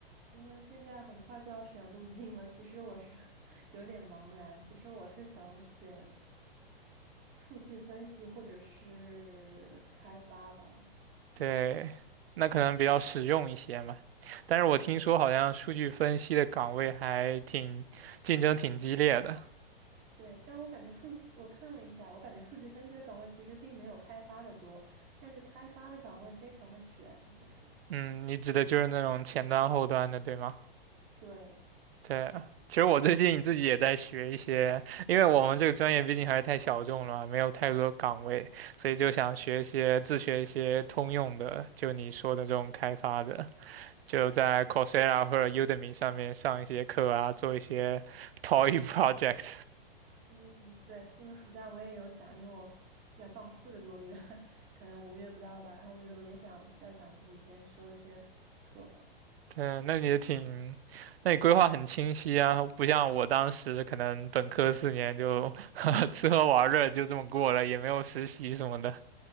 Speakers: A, on the right; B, on the right.
A: 因为现在很快就要选路径了，其实我是 <laughs> 有点茫然。其实我是想选数据分析或者是开发吧。
B: 对，那可能比较实用一些嘛。但是我听说好像数据分析的岗位还挺竞争挺激烈的。
A: 对。对，但我感觉数据，我看了一下，我感觉数据分析的岗位其实并没有开发的多，但是开发的岗位非常的卷，就是
B: 嗯，你指的就是那种前端后端的，对吗？
A: 对，
B: 对，其实我最近自己也在学一些，因为我们这个专业毕竟还是太小众了，没有太多岗位，所以就想学一些自学一些通用的，就你说的这种开发的，就在 Coursera 或者 Udemy 上面上一些课啊，做一些 toy <laughs> project。
A: 嗯，对，因为暑假我也有想，因为我要放四个多月，<laughs> 可能五月不到吧，然后我就我也想再想自己先修一些课吧。
B: 对，那你也挺，那你规划很清晰啊，不像我当时可能本科四年就 <laughs> 吃喝玩乐就这么过了，也没有实习什么的。